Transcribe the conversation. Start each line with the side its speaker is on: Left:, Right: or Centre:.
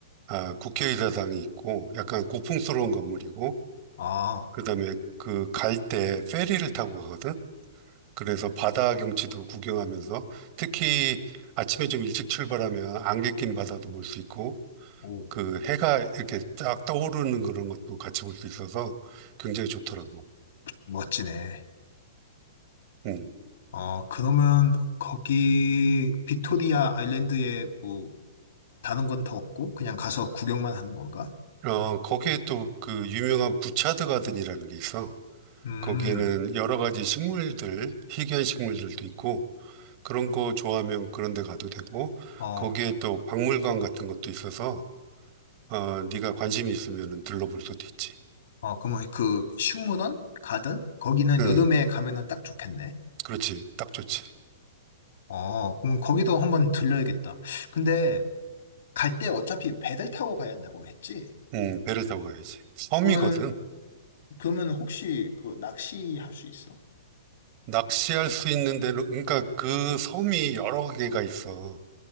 Right: 아, 국회의사당이 있고 약간 고풍스러운 건물이고
Left: 아,
Right: 그다음에 그 갈 때 페리를 타고 가거든. 그래서 바다 경치도 구경하면서 특히 아침에 좀 일찍 출발하면 안개 낀 바다도 볼 수 있고
Left: 오,
Right: 그 해가 이렇게 쫙 떠오르는 그런 것도 같이 볼 수 있어서 굉장히 좋더라고.
Left: 멋지네.
Right: 음.
Left: 어, 그러면 거기 빅토리아 아일랜드에 뭐, 다른 건 더 없고, 그냥 가서 구경만 하는 건가?
Right: 어, 거기에 또 그 유명한 부차드 가든이라는 게 있어.
Left: 음,
Right: 거기에는 여러 가지 식물들, 희귀한 식물들도 있고, 그런 거 좋아하면 그런 데 가도 되고,
Left: 어,
Right: 거기에 또 박물관 같은 것도 있어서, 어, 네가 관심이 있으면 들러볼 수도 있지.
Left: 어, 그러면 그 식물원? 가든? 거기는
Right: 응,
Left: 여름에 가면은 딱 좋겠네.
Right: 그렇지. 딱 좋지.
Left: 어, 그럼 거기도 한번 들려야겠다. 근데 갈 때 어차피 배를 타고 가야 한다고 했지?
Right: 응, 배를 타고 가야지. 섬이거든.
Left: 그러면 그러면 혹시 그 낚시 할 수 있어?
Right: 낚시할 수 있는 데는, 그러니까 그 섬이 여러 개가 있어.